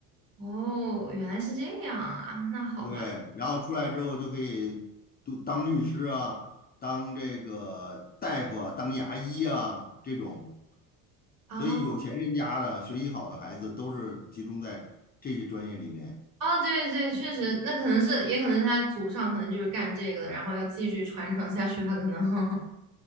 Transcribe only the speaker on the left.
对，然后出来之后就可以读当律师啊，当这个大夫啊，当牙医啊这种，
所以有钱人家的学习好的孩子都是集中在这些专业里面。